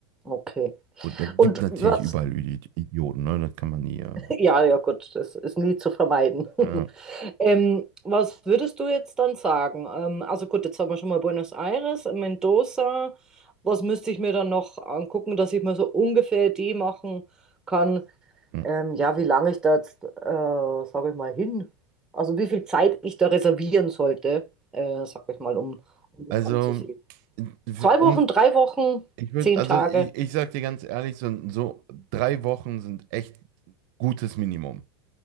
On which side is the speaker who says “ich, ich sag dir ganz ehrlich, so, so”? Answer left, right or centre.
Right